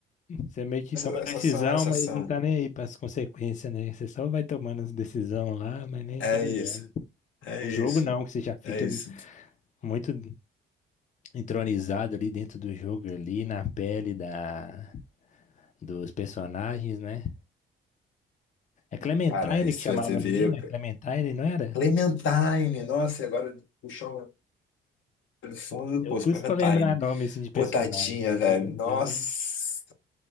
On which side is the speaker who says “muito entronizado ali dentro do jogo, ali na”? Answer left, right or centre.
Left